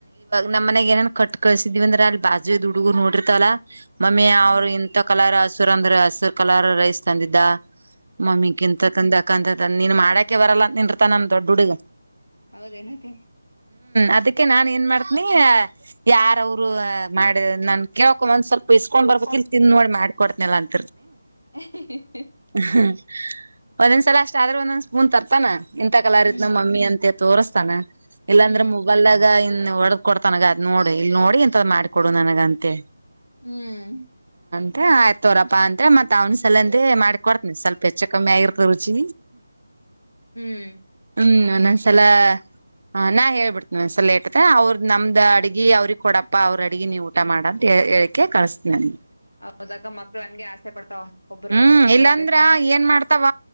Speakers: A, on the right; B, on the left.
A: ನಮ್ಮ್ ಮನೆಗ್ ಏನನ್ ಕಟ್ ಕಳ್ಸಿದೀವಿಂದ್ರೆ ಅಲ್ಲಿ ಬಾಜು ಹಡುಗುರು ನೋಡಿರ್ತವಲ್ಲ. ಮಮ್ಮಿ
B: ಹ್ಮ್
A: ಅವರು ಇಂಂತ ಕಲರ್ ಹಸುರ ಅಂದ್ರೆ ಹಸುರು ಕಲರ್ ರೈಸ್ ತಂದಿದ್ದ ಮಮ್ಮಿ ಕಿಂತ ತಂದ ಅಕ್ಕಂತಂದ ನೀನ್ ಮಾಡಾಕೆ ಬರಲ್ಲ ನಿನ್ತ ನಮ್ ದೊಡ್ಡ ಹುಡಗ.
B: ಹೌದೇನಕ.
A: ಅದಕ್ಕೆ ನಾನ್ ಏನ್ ಮಾಡ್ತನಿ ಯಾರ ಅವ್ರು ಮಾಡ ನನ್. ಕೇಳೋಕ್ ಒಂದ್ ಸ್ವಲ್ಪ ಇಸ್ಕೊಂಡ
B: ಹ್ಮ್
A: ಬರ್ಬೇಕ್ ಇಲ್ ತಿಂದ ನೋಡಿ ಮಾಡಕಡ್ತನಲ್ಲ ಅಂತ.
B: ಹ.
A: ಹ್ಮ್ ಒಂದೊಂದ್ ಸಲ ಅಷ್ಟ ಆದ್ರೆ ಒಂದೊಂದ್ ಸ್ಪೂನ್ ತರ್ತಾನ ಇಂತ ಕಲರಿದ್
B: ಹ್ಮ್
A: ನ ಮಮ್ಮಿ ಅಂತ. ತೋರ್ಸ್ತಾನ ಇಲ್ಲಾಂದ್ರೆ
B: ಹ್ಮ್
A: ಮೊಬಾಲ್ದಾಗ. ಒಡದ ಕೊಡ್ತನಗ ಅದ್ ನೋಡಿ ಇಲ್ಲಿ ನೋಡಿ ಇಂತದ ಮಾಡ್ಕೊಡು ನನಗ ಅಂತೆ.
B: ಹ್ಮ್.
A: ಮತ್ತ ಆಯ್ತ ತೋರಪ್ಪ ಅಂತ ಹೇಳಿ ಮತ್ತತ್ ಅವ್ ಸಲಂದೇ ಮಾಡ್ಿಕ ಕೊಡ್ತನಿ ಸ್ವಲ್ಪ ಹೆಚ್ಚು ಕಮ್ಮಿ ಆಗಿರ್ತ ರುಚಿ.
B: ಹ್ಮ್.
A: ಹ್ಮ್ ಒಂದೊಂದ್ಸಲ. ಹ ನಾ ಹೇಳ್ಬಿಡ್ತೇನೆಸಲೇಟ್ತೆ ಅವ್ರ ನಮ್ದ್ ಅಡಗಿ ಅವ್ರಿಗೆ ಕೊಡಪ್ಪ ಅವ್ರ ಅಡಿಗೆ ನೀವು ಊಟ ಮಾಡ ಅಂತ ಹೇಳಿ. ಹೇಳಕ್ಕೆ ಕಳಿಸ್ತೀನಗೆ.
B: ಹೌದಕ್ಕ ಮಕ್ಳು ಹಂಗೆ ಆಸೆ ಪಡ್ತಾವ. ಒಬ್ಬ್ರ
A: ಹ್ಮ್
B: ನೋಡಿ ಒಬ್ರು
A: ಇಲ್ಲಾಂದ್ರ
B: ಉಣ್ಬೇಕಂತ
A: ಏನ್ ಮಾಡ್ತಾವ